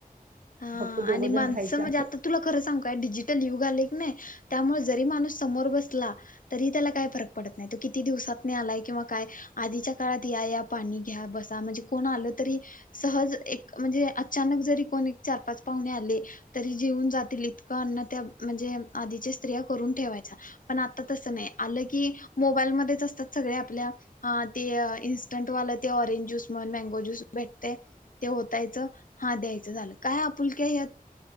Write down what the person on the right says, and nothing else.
फक्त दोघ
जण
राहायचं